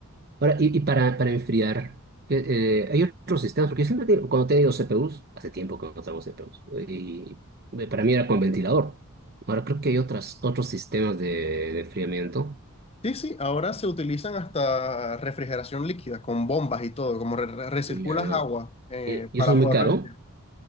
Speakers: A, on the right (about 45°); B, on the left (about 25°).
A: Ahora, y, y para, para enfriar, ¿qué, eh, hay otros sistemas, porque yo siempre digo, cuando he tenido CPUs, hace tiempo que no traigo CPUs, y eh, para mí era con ventilador. Ahora creo que hay otras, otros sistemas de, de enfriamiento,
B: Sí, sí, ahora se utilizan hasta refrigeración líquida, con bombas y todo, como re- re- recirculas
A: y, ah,
B: agua eh,
A: y y
B: para
A: eso es muy
B: poderlo
A: caro.